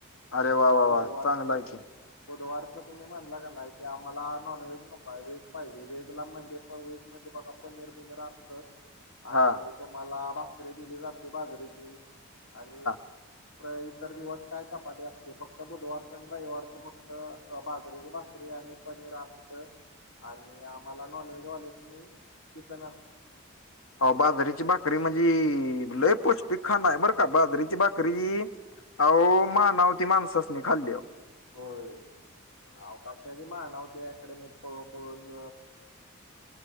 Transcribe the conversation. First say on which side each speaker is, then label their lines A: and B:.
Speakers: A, on the left; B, on the left.
A: म्हणजे
B: अरे वा वा
A: बुधवारच
B: वा चांगला आहे की
A: बुधवारच तुम्ही म्हणलं की नाही आम्हाला. नॉन व्हेज नको व्हेज पाहिजे व्हेजला म्हणे व्हेज म्हणजे बघा पनीर बिनीर असतं. आणि
B: हा
A: ते मला भाकरी दिली जाते बाजरीेची आणि..
B: <unintelligible> <inaudible>
A: इतर दिवस काय चपाती असते फक्त बुधवारचं आणि रविवारचं फक्त बाजरीची भाकरी आणि.. पनीर असत आणि आम्हाला नॉनव्हेज वाल्यांसनी चिकन असतं.
B: हो बाजरीची भाकरी म्हणजे लय पौष्टिकखाना आहे बरं का बाजरीची भाकरी. अहो मानाव ती माणसासनी खाल्लयावर.
A: होय, अवकाशाची मानवते अकॅडमीत पळून पळून